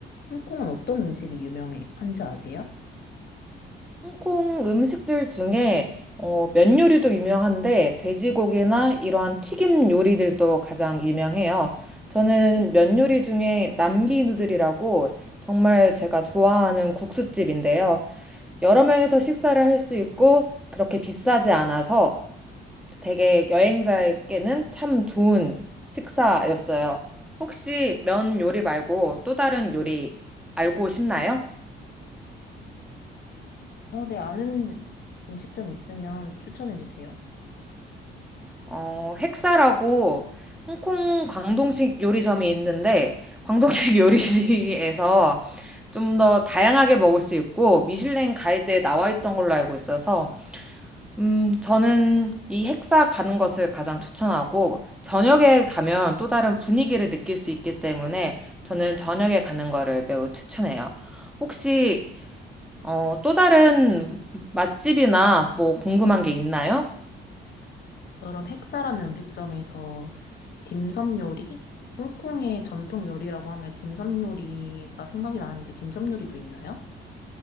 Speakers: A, on the left (about 55°); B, in the centre.
A: 홍콩은 어떤 음식이 유명한지 아세요?
B: 홍콩 음식들 중에 어, 면 요리도 유명한데 돼지고기나 이러한 튀김 요리들도 가장 유명해요. 저는 면 요리 중에 남기 누들이라고 정말 제가 좋아하는 국수집인데요. 여러 명이서 식사를 할 수 있고 그렇게 비싸지 않아서 되게 여행자에게는 참 좋은 식사였어요. 혹시 면 요리 말고 또 다른 요리 알고 싶나요?
A: 어, 네, 아는 음식점 있으면 추천해 주세요.
B: 어, 핵사라고 홍콩 광동식 요리점이 있는데, 광동식 <laughs> 요리시에서 좀 더 다양하게 먹을 수 있고, 미슐랭 가이드에 나와 있던 걸로 알고 있어서, 음, 저는 이 핵사 가는 것을 가장 추천하고, 저녁에 가면 또 다른 분위기를 느낄 수 있기 때문에, 저는 저녁에 가는 거를 매우 추천해요. 혹시, 어, 또 다른 맛집이나 뭐 궁금한 게 있나요?
A: 그럼 핵사라는 음식점에서 딤섬 요리? 홍콩의 전통 요리라고 하면 딤섬 요리가 생각이 나는데 딤섬 요리도 있나요?